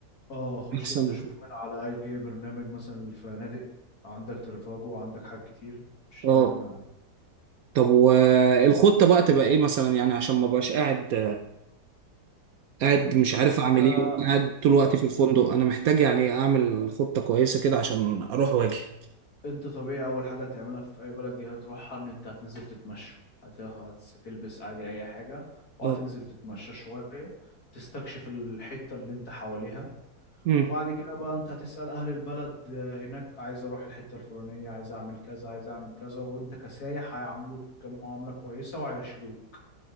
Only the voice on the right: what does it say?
احسن
وكده
اه
طب والخطة بقى تبقى ايه مثلا يعني عشان ما بقاش قاعد قاعد مش عارف اعمل
ايه وقاعد طول وقتي في الفندق انا محتاج يعني اعمل خطة كويسة كده عشان اروح واجي
اه
امم